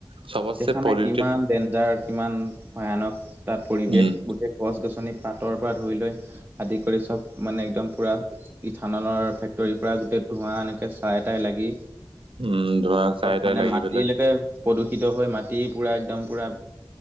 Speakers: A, on the right (about 85°); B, on the right (about 25°).
A: চবটছে
B: দেখা
A: পলিউটেড
B: নাই কিমান ডেঞ্জাৰ কিমান ভয়ানক তাত পৰিৱেশ
A: উম,
B: গোটেই গছ গছনি পাতৰ পৰা ধুই লৈ আদি কৰি চব মানে একদম পুৰা ইথানলৰ ফে তৰি পৰা গোটেই ধোৱা এনেকে চাইটাই লাগি
A: উম, ধোঁৱা চাই
B: চব
A: তাই
B: মানে
A: লাগি
B: মাটিলৈকে
A: পেলাই
B: প্ৰদূষিত হৈ মাটি পুৰা একদম পুৰা